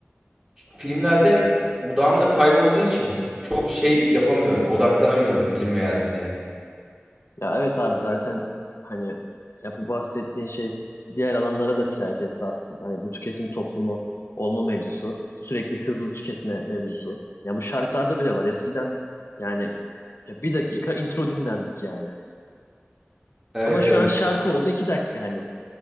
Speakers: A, on the right; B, on the left.
A: Filmlerde odağımda kaybolduğu için çok şey yapamıyorum. Odaklanamıyorum film veya diziye.
B: Ya evet abi zaten hani ya bu bahsettiğin şey diğer alanlara da sirayet etti aslında. Hani bu tüketim toplumu olma mevzusu, sürekli hızlı tüketme mevzusu. Ya bu şarkılarda bile var. Eskiden yani ya bir dakika intro dinlerdik yani.
A: Evet
B: Ama şu
A: evet.
B: an şarkı oldu iki dakika hani.